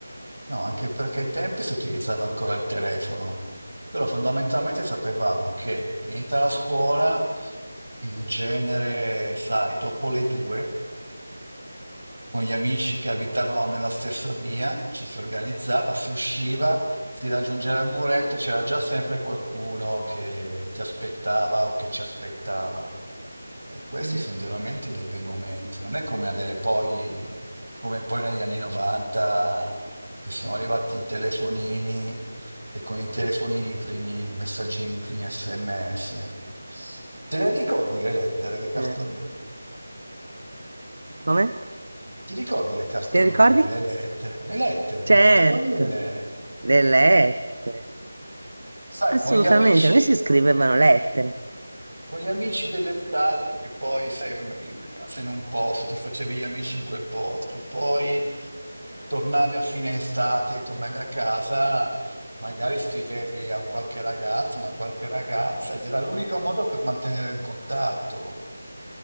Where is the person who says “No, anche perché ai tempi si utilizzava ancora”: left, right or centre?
Right